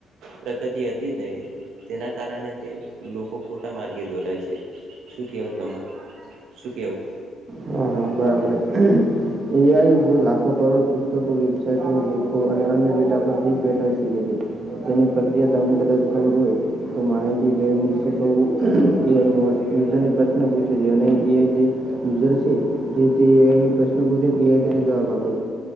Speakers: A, on the right; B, on the right.
A: પ્રગતિ હતી જ નહી તેના કારણે તે લોકો ખોટા માર્ગે દોરાય છે શું કેવું તમા શું કેવું
B: હા હા બરાબર એઆ જે લાખો કરોડ પુસ્તકો વેબસાઇટો લેખો અને અન્ય ડેટા પરથી પેટર્ન શીખે છે તેની પ્રક્રિયા તમને કદાચ ખબર હોય તો માહિતી ડ્ર્રેવિ શીખવવું એઆઈ મોડ યુઝરને પ્રશ્ન પૂછે છે અને એઆઈ જે યુઝર છે જેઆ પ્રશ્ન પૂછે એઆઈ તેને જવાબ આપે